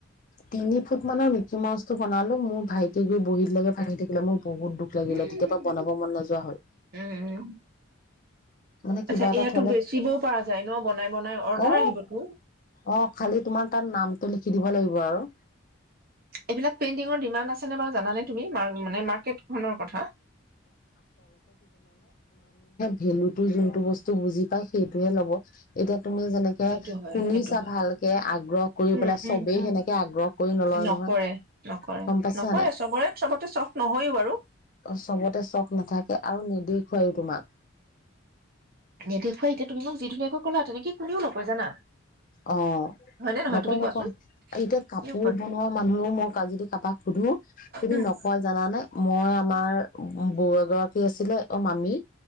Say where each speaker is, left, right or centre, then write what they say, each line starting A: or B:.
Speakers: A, on the left; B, on the right.
A: তিনি ফুট মানৰ মিকি মাউছটো বনালো মোৰ ভাইটে গৈ বহীত লকে ভাকি থাকিলে মোৰ বহুত দুখ লাগিলে,
B: উম
A: তেতিয়াপা বনাব মন নেযোৱা হ'ল,
B: উম উম।
A: মানে
B: আচ্ছা
A: কিবা এটা
B: এয়াতো
A: থ'লে
B: বেচিবও পৰা যায় বনাই, বনাই অৰ্ডাৰ
A: অ
B: আহিবটো।
A: অ', খালি তোমাৰ তাত নামটো লিখি দিব লাগিব আৰু।
B: এইবিলাক পেইণ্টিঙৰ ডিমাণ্ড আছে নে বাৰু জানানে বাৰু তুমি, মানে মাৰ্কেটখনৰ কথা?
A: ভেলুতো জোনটো বস্তু বুজি পায় সেইটোহে ল'ব, এতিয়া তুমি যেনেকে,
B: সেইটো হয়
A: শুনিছা
B: সেইটো হয়।
A: ভালকে আগ্ৰহ কৰি
B: উম
A: পেলা চবেই
B: উম উম
A: সেনেকে আগ্ৰহ কৰি নলয়
B: নকৰে
A: নহয়।
B: নকৰে,
A: গম পাইছা
B: নকৰে
A: নাই?
B: চবৰে চবতে চখ নহয়ো বাৰু।
A: চবতে চখ নাথাকে আৰু নেদেখুৱাইও তোমাক।
B: নেদেখুৱাই, এতিয়া তুমি মোক যি ধুনীয়াকৈ ক'লা, তেনেকে কোনেও নকয় জানা।
A: অ',
B: হয় নে নহয়
A: নকয়
B: তুমি কোৱাচোন?
A: নকয়, এতিয়া কাপোৰ
B: কোনেও কয়
A: বনোৱা মানুহেও মই আজি যদি কাৰোবাক সোধো, তুমি
B: উম
A: নকয় জানানে, মই আমাৰ বৌ এগৰাকী আছিলে, অ' মামী